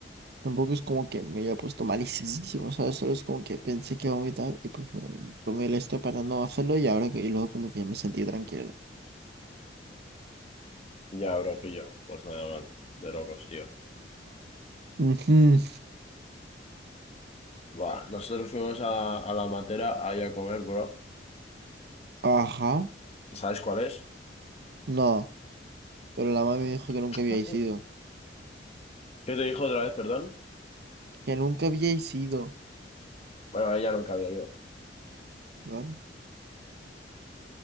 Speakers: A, on the right; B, on the left.
A: Tampoco es como que me haya puesto malísimo, ¿sabes? Solo es como que pensé que iba a vomitar y pues me tomé el esto para no hacerlo y ahora que- y luego como que ya me sentí tranquilo.
B: Ya, bro, pillo. Pues nada, man, de locos, tío.
A: Ujú.
B: Buah, nosotros fuimos a, a la matera ahí a comer, bro.
A: Ajá,
B: ¿Sabes cuál es?
A: no, pero la mami me dijo que nunca
B: ¿Qué
A: había ido.
B: te dijo otra vez, perdón?
A: Que nunca había ido,
B: Bueno, ella nunca había ido.
A: ¿vale?